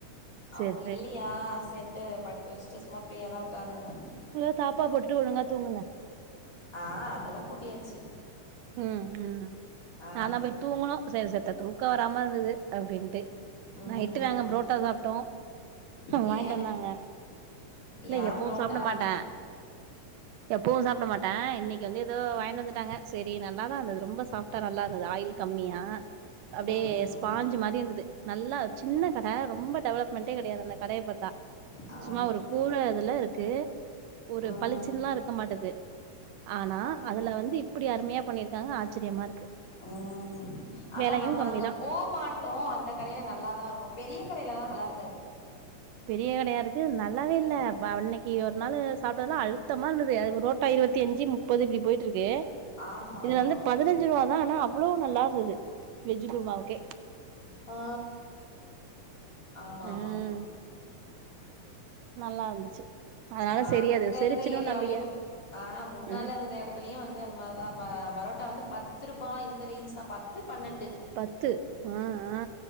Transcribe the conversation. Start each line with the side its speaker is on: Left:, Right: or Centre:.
Right: சரி
Left: அவுங்க
Right: சரி
Left: இல்லையா செரின்ட்டு படுக்க வச்ட்டு சும்மா ஃப்ரீயா தா உக்காந்து இருந்தே
Right: நல்லா தாப்பா போட்டுட்டு ஒழுங்கா தூங்குங்க
Left: ஆ அதெல்லா பூட்டியாச்சு
Right: ம் ம்
Left: ஆ
Right: நாந்தா போய் தூங்கணு செரி செத்த தூக்க வராம இருந்தது அப்டின்ட்டு
Left: ம்
Right: நைட்டு நாங்க
Left: ம்
Right: புரோட்டா சாப்ட்டோ
Left: ஏ
Right: வாங்ட்டு வந்தாங்க இல்ல
Left: ஏ
Right: எப்பவு
Left: புரோட்டாலா
Right: சாப்புட மாட்டே எப்பவு சாப்ட மாட்டே இன்னக்கி வந்து எதோ வாயிண்டு வந்துட்டாங்க செரி நல்லாதா இருந்தது ரொம்ப சாஃப்டா நல்லா இருந்தது ஆயில் கம்மியா அப்டியே
Left: ம் ம்
Right: பாஞ்சு மாரி இருந்தது நல்லா சின்ன கட ரொம்ப டெவலப்மெண்ட்டே கெடையாது அந்த கடைய பாத்தா
Left: ஆ
Right: சும்மா ஒரு கூர இதுல இருக்கு ஒரு
Left: ம்
Right: பளிச்சுன்லா இருக்க மாட்டது ஆனா
Left: அப்
Right: அதுல வந்து இப்புடி அருமையா பண்ணிருக்காங்க ஆச்சுரியமா இருக்கு
Left: ம் அதா
Right: வெலையு
Left: நம்ம
Right: கம்மிதா
Left: அங்க போமாட் டோ அந்த கடைல நல்லாதா இருக்கு பெரிய கடைல தா நல்லாருக்காது
Right: பெரிய கடையா இருக்கு அது நல்லாவே இல்ல அன்னக்கி ஒரு நாளு சாப்ட்டதுலா அழுத்தமா இருந்தது அது ஒரு ப்ரோட்டா இருவத் த்தி அஞ்சு முப்பது இப்டி போய்ட்டு இருக்கு
Left: ஆமா
Right: இதுல
Left: ஆமா
Right: வந்து பதுனஞ் அஞ்சு ரூவா தா ஆனா அவ்வளோ நல்லா இருந்தது வெஜ்ஜு குருமாவுக்கே
Left: ஆ ஆமா
Right: ம்
Left: ஆமா
Right: நல்லா இருந்துச்சு அதனால
Left: நா
Right: சரி
Left: அங்க
Right: அது செரிச்சிடுன்னு
Left: இருந்த ஏரியாவுலையும்
Right: நம்பிக்க
Left: ஆ முன்னால
Right: ம்
Left: இருந்த எடத்துலயு வந்து அது மாரிதா பரோட்டா வந்து பத்து ரூபா இந்த ரேஞ்ச் தா பாத் பத்து பன்னெண்டு
Right: பத்து அ அ